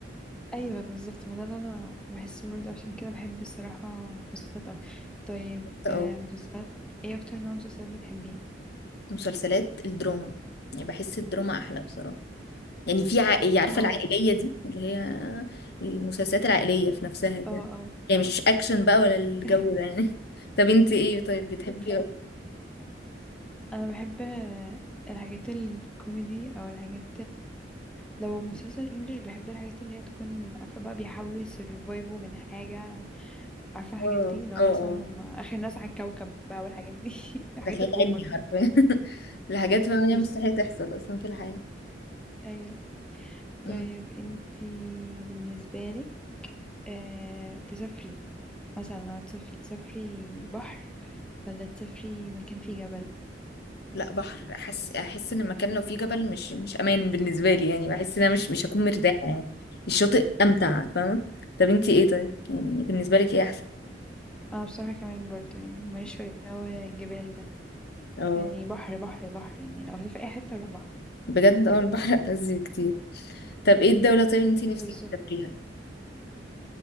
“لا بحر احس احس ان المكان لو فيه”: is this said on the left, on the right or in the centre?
Left